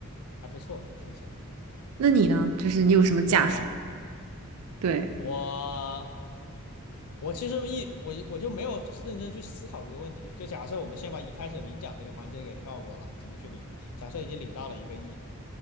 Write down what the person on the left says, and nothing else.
还不错，听起来。
我吗？
我我其实一我我就没有认真去思考这个问题。就假设我们先把一开始领奖这个环节给跳过了，怎么去领？假设已经领到了一个亿，